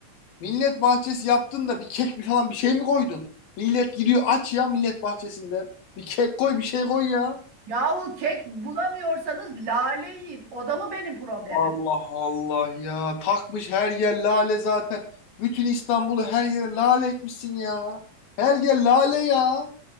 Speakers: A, on the left; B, on the right.
A: Millet bahçesi yaptın da bir kek bir falan bir şey mi koydun? Millet gidiyor aç ya millet bahçesinde. Bir kek koy bir şey koy ya.
B: Yahu kek bulamıyorsanız lale yiyin. O da mı benim problemim?
A: Allah Allah ya. Takmış her yer lale zaten. Bütün İstanbul'u her yere lale etmişsin ya. Her yer lale ya.